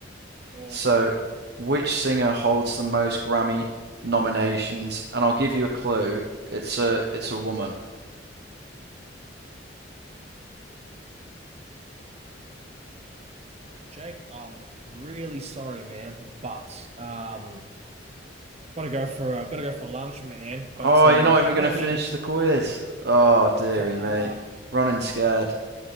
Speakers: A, on the right; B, on the right.
A: Oh
B: So,
A: dear.
B: which singer holds the most Grammy nominations? And I'll give you a clue. It's a it's a woman.
A: Jake, I'm really sorry, man, but um gotta go for uh, gotta go for lunch, man. But
B: Oh,
A: um
B: you're not
A: how
B: even going
A: about
B: to finish
A: we
B: the quiz. Oh, dearie
A: uh
B: me. Running scared.